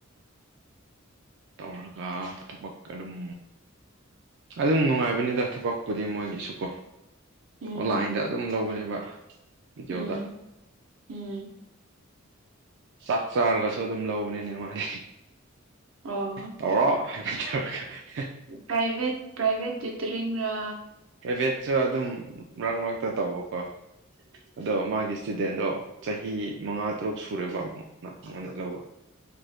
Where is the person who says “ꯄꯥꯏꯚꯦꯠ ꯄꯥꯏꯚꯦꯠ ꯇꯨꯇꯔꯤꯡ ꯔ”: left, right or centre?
Right